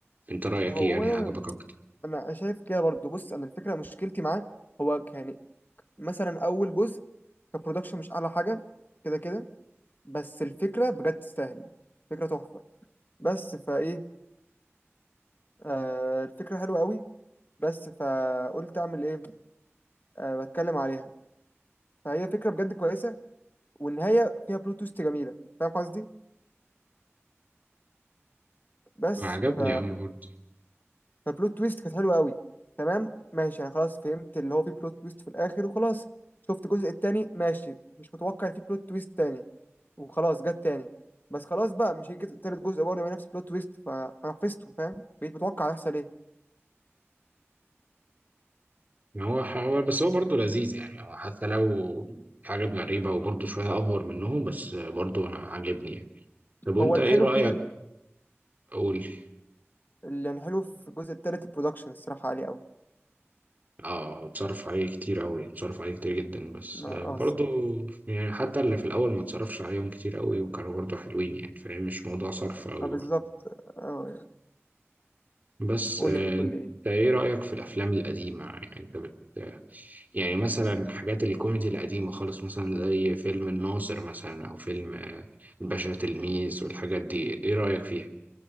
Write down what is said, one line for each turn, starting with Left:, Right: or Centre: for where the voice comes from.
Right: انت رأيك
Left: هو
Right: ايه يعني عجبك اكتر
Left: انا شايف كده برضو بص انا الفكره مشكلتي معاه هو ك- يعني مثلا اول جزء كبرودكشن مش اعلى حاجه كده كده بس الفكره بجد تستاهل فكره تحفه بس فايه آه الفكره حلوه قوي بس فقلت اعمل ايه آه بتكلم عليها فهي فكره بجد كويسه والنهايه فيها بلوت تويست جميله فاهم قصدي بس
Right: ما عجبني
Left: ف
Right: قوي برضه
Left: فبلوت تويست كانت حلوه قوي تمام ماشي انا خلاص فهمت اللي هو في بلوت تويست في الاخر وخلاص شفت الجزء التاني ماشي مش متوقع إن في بلوت تويست تاني وخلاص جت تاني بس خلاص بقى مش هيجي تالت جزء برضه يبقى نفس بلوت تويست فانا حفظته فاهم بقيت متوقع هيحصل ايه
Right: يعني هو هو بس هو برضه لذيذ يعني هو حتى لو حاجات غريبة وبرضه شوية أفور منهم بس برضه أنا عاجبني يعني. طب وأنت
Left: هو الحلو
Right: إيه رأيك
Left: فيه
Right: قول لي
Left: اللي الحلو في الجزء التالت البرودكشن الصراحه عليه قوي
Right: اه اتصرف عليه كتير قوي اتصرف عليه كتير جدا بس
Left: ما
Right: آه،
Left: اه
Right: برضو
Left: الصراحه
Right: يعني حتى اللي في الاول ما اتصرفش عليهم كتير قوي وكانوا برضو حلوين يعني فاهم مش موضوع صرف قوي
Left: ما
Right: برضو
Left: بالظبط اه يعني.
Right: بس
Left: قول
Right: آه،
Left: لي كنت بتقول
Right: انت
Left: لي ايه
Right: ايه رأيك في الافلام القديمة يعني انت بت يعني مثلا حاجات الكوميدي القديمة خالص مثلا زي فيلم الناظر مثلا او فيلم آه، الباشا تلميذ والحاجات دي ايه رأيك فيها